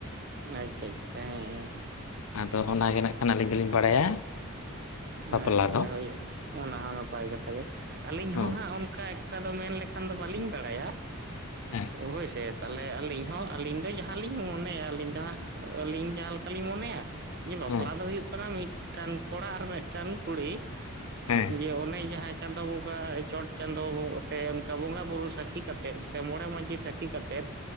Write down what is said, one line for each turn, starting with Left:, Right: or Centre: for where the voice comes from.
Right: ᱚᱸ ᱟᱪᱪᱷᱟ-ᱟᱪᱪᱷᱟ ᱦᱮᱸ ᱛᱚ,
Left: ᱟᱫᱚ ᱚᱱᱟ ᱜᱮ ᱱᱟᱜ ᱠᱷᱟᱱ ᱟᱹᱞᱤᱧ ᱫᱚᱞᱤᱧ ᱵᱟᱲᱟᱭᱟ᱾
Right: ᱟᱪᱪᱟ
Left: ᱵᱟᱯᱞᱟ ᱫᱚ
Right: ᱦᱳᱭ ᱚᱱᱟ ᱦᱚᱸ ᱱᱟᱯᱟᱭ ᱠᱟᱛᱷᱟ ᱜᱮ, ᱟᱹᱞᱤᱧ
Left: ᱦᱳᱭ
Right: ᱦᱚᱸ ᱦᱟᱸᱜ ᱚᱝᱠᱟᱼᱼ ᱚᱝᱠᱟ ᱫᱚ ᱢᱮᱱ ᱞᱮᱠᱷᱟᱱ ᱫᱚ ᱵᱟᱹᱞᱤᱧ ᱵᱟᱲᱟᱭᱟ
Left: ᱦᱮᱸ
Right: ᱦᱳᱭ ᱥᱮᱼᱼ ᱛᱟᱞᱦᱮ ᱟᱹᱞᱤᱧ ᱦᱚᱸ ᱟᱹᱞᱤᱧ ᱫᱚ ᱡᱟᱦᱟᱸᱞᱤᱧ ᱢᱚᱱᱮᱭᱟ ᱟᱹᱞᱤᱧ ᱫᱚ ᱦᱟᱸᱜ ᱟᱹᱞᱤᱧ ᱡᱟᱦᱟᱸ ᱞᱮᱠᱟᱞᱤᱧ ᱢᱚᱱᱮᱭᱟᱼᱼ ᱡᱮ ᱵᱟᱯᱞᱟ
Left: ᱦᱮᱸ
Right: ᱫᱚ ᱦᱩᱭᱩᱜ ᱠᱟᱱᱟ ᱢᱤᱫᱴᱟᱱ ᱠᱚᱲᱟ ᱟᱨ ᱢᱤᱫᱴᱟᱝ ᱠᱩᱲᱤᱼᱼ
Left: ᱦᱮᱸ
Right: ᱡᱮ ᱚᱱᱮ ᱡᱟᱦᱟᱸ ᱪᱟᱸᱫᱳ ᱵᱚᱸᱜᱟ ᱪᱚᱴ ᱪᱟᱸᱫᱳ ᱥᱮ ᱚᱱᱠᱟ ᱵᱚᱸᱜᱟ ᱵᱩᱨᱩ ᱥᱟᱹᱠᱷᱤ ᱠᱟᱛᱮᱫ ᱥᱮ ᱢᱚᱬᱮ ᱢᱟᱺᱡᱷᱤ ᱥᱟᱹᱠᱷᱤ ᱠᱟᱛᱮᱫ